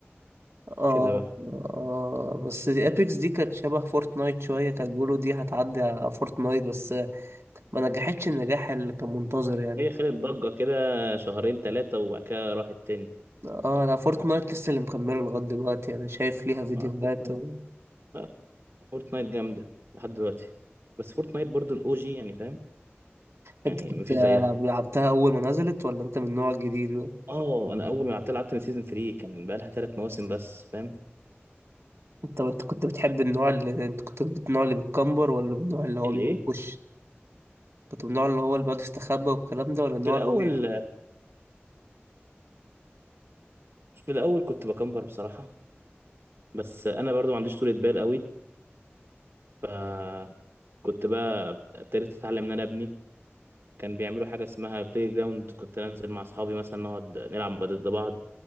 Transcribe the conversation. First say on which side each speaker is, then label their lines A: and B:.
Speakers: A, on the right (about 80°); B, on the right (about 65°).
A: آه,
B: كده بقى
A: آه بس دي ابيكس دي كانت شبه فورتنايت شوية كانوا بيقولوا دي هتعدي على فورتنايت بس ما نجحتش النجاح اللي كان منتظر يعني
B: هي خدت ضجه كده شهرين ثلاثه وبعد كده راحت تاني
A: اه لا فورتنايت لسه اللي مكمله لغاية دلوقتي انا شايف ليها فيديوهات
B: آه، فورتنايت
A: و...
B: آه، فورتنايت جامده لحد دلوقتي بس فورتنايت برضه الاو جي يعني فاهم
A: انت
B: يعني
A: كنت
B: مفيش زيها
A: لعبتها اول ما نزلت ولا انت من النوع الجديد بقى؟
B: اه انا اول ما لعبت لعبت من سيزون 3 كان بقى لها ثلاث مواسم بس فاهم
A: انت انت كنت بتحب النوع اللي انت كنت من النوع اللي بتكمبر ولا من النوع اللي هو
B: الايه
A: بيخش كنت من النوع اللي هو اللي بيقعد يستخبى والكلام ده ولا النوع
B: في الاول
A: اللي هو
B: في الاول كنت بكمبر بصراحه بس انا برضو ما عنديش طولة بال قوي فكنت بقى ابتديت اتعلم ان انا ابني كان بيعملوا حاجه اسمها بلاي جراوند كنت انزل مع اصحابي مثلا نقعد نلعب ضد بعض